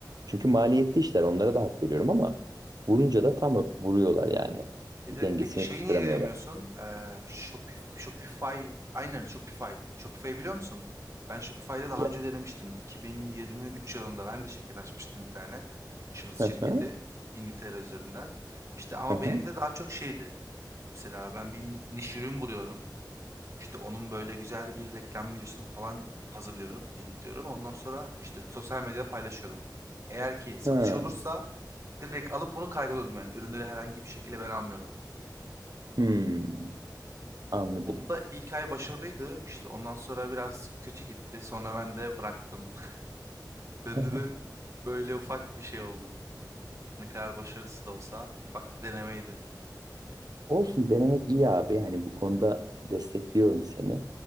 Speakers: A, on the right; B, on the right.
A: çünkü maliyetli işler onlara da hak veriyorum ama vurunca da tam vuruyorlar yani.
B: Evet
A: Bir
B: evet.
A: dengesini
B: Peki şeyi
A: tutturamıyorlar.
B: niye denemiyorsun? Ee, Shopif Shopify. Aynen Shopify. Shopify'ı biliyor musun? Ben Shopify'da daha
A: Ya.
B: önce denemiştim. 2023 yılında ben de şirket açmıştım bir tane. Şahıs şirketi.
A: Hı hı,
B: İngiltere üzerinden. İşte ama
A: hı hı,
B: benim de daha çok şeydi. Mesela ben bir niş ürün buluyorum. İşte onun böyle güzel bir reklam videosunu falan hazırlıyorum, editliyorum. Ondan sonra işte sosyal medyada paylaşıyordum. Eğer ki satış
A: hı.
B: olursa direkt alıp onu kaygılıyordum yani. Ürünleri herhangi bir şekilde ben almıyordum.
A: Hmm, anladım.
B: Onda ilk ay başarılıydı. İşte ondan sonra biraz kötü gitti. Sonra ben de bıraktım. <laughs>
A: <laughs>
B: Bende de böyle ufak bir şey oldu. Ne kadar başarısız da olsa ufak bir denemeydi.
A: Olsun denemek iyi abi. Hani bu konuda destekliyorum seni.